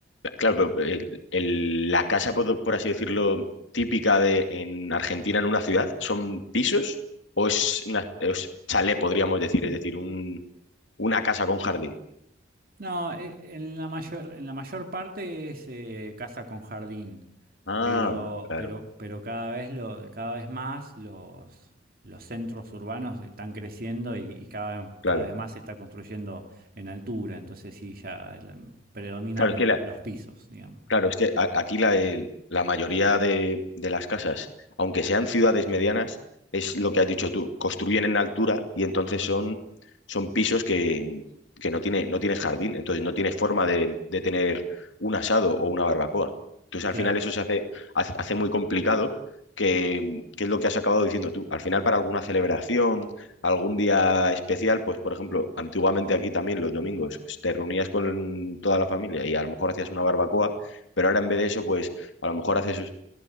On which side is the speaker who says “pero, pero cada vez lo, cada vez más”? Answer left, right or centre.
Right